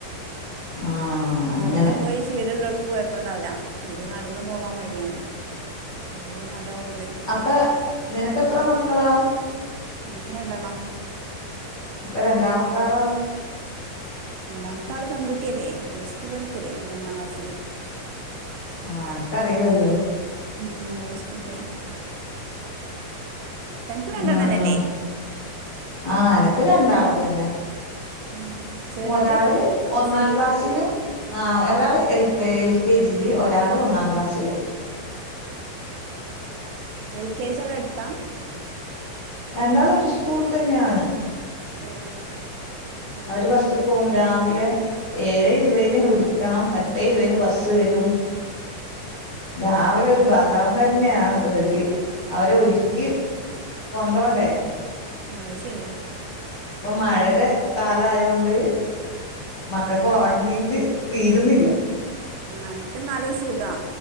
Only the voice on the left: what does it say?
ആഹ്
അങ്ങനെ
അപ്പൊ നിനക്ക് എത്ര മക്കളാ
അപ്പൊ രണ്ടാമത്താളോ
ആഹ് എനക്ക്റില്ലല്ലോ
ആഹ് ആഹ് എനക്ക് രണ്ടാള് തന്നെ
ഒരാള്
ഒന്നാം ക്ലാസ്സിലും ആ ഒരാള് എ എൽ കെ ജിയില് ഒരാള് ഒന്നാം ക്ലാസ്സില്
രണ്ടാൾ ഒരു സ്കൂൾ തന്നെയാണ്
അവര് ബസ് പോവും രാവിലെ ഏഴ് ഇരുപതിന് വിളിക്കണം എട്ടേ ഇരുപതിന് ബസ്സ് വരും രാവിലെ
ഒരു ബഹള അ തന്നെയാണ് റെഡി അവരെ ഒരു കി കൊണ്ടോണ്ടേ
ഇപ്പൊ മഴയുടെ കാലയൊണ്ട് മക്കൾക്ക് ഉറങ്ങീട്ട്
തീരുന്നില്ല